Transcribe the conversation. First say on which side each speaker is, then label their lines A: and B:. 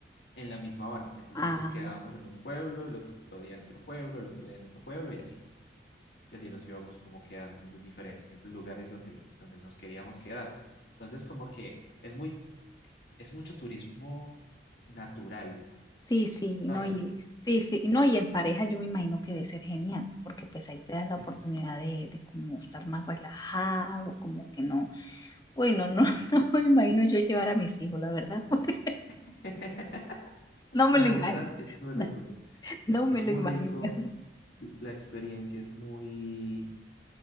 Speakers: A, on the left; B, on the left.
A: En la misma van. Entonces
B: van.
A: nos quedábamos en un pueblo, el otro día en otro pueblo, el otro día en otro pueblo y así. y así nos íbamos como quedando en los diferentes lugares donde, donde nos queríamos quedar. Entonces, como que es muy, es mucho turismo natural,
B: Sí, sí,
A: ¿sabes?
B: no, y sí, sí, no, y en pareja yo me imagino que debe ser genial, porque pues ahí te das la oportunidad
A: Es,
B: de, de como estar más relajado, como que no, bueno, no, <laughs> no me imagino yo llevar a mis hijos, la verdad, <laughs>
A: <laughs>
B: no me
A: la
B: lo imagino,
A: verdad es muy
B: <laughs>
A: rico,
B: no, me
A: es
B: lo
A: muy
B: imagino,
A: rico, l- la experiencia es muy,